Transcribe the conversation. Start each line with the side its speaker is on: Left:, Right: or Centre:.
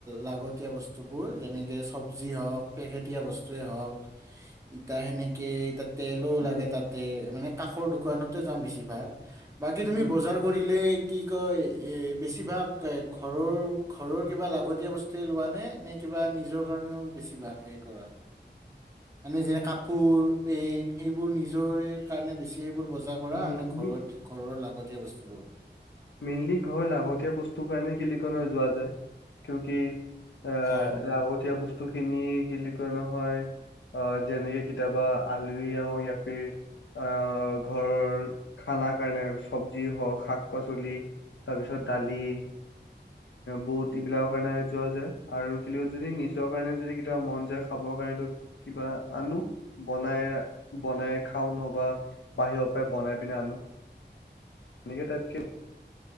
Right: লাগতিয়াল বস্তু। বস্তুবোৰ যেনেকে চব্জি হওক পেকেটীয়া বস্তুৱেই হওক। ইতা সেনেকে এই তাত তেলো
Left: উম,
Right: লাগে তাতে মানে কাষৰ দোকানতে যাওঁ বেছিভাগ বাকী তুমি
Left: উম,
Right: বজাৰ কৰিলে কি কয় এ বেছিভাগৰৰ ঘৰৰ কিবা লাগতিয়াল বস্তু তে লোৱানে নে কিবা নিজৰ কাৰণে বেছিভাগ হেৰি কৰা মানে যেনে কাপোৰ কপোৰ, পেইন সেইবোৰ নিজৰে কাৰণে বেছি সেইবোৰ বজাৰ কৰা
Left: মেইনলি
Right: নে ঘৰত ঘৰৰ লাগতিয়াল বস্তুবোৰ।
Left: মেইনলি ঘৰ লাগতিয় বস্তুৰ কাৰণে <unintelligible> যোৱা যায় কিউ কি এ
Right: অ
Left: লাগতিয় বস্তু খিনি <unintelligible> নহয় অ যেনেকে কেতিয়াবা আলহী আহক ইয়া ফিৰ অ' ঘৰৰ খানা কাৰণে চব্জি হওঁক শাক শাক-পাচলি তাৰপিছত দালি বুত এইবিলাকৰ কাৰণে যোৱা যায়, আৰু কিন্ত যদি নিজৰ কাৰণে যদি কেতিয়াবা মন যায় খাব কাৰণেতো কিবা আনো, বনাই বনাই খাওঁ নহবা বাহিৰৰ পৰাই বনাই পিনে আনো। এনেকে টাইপ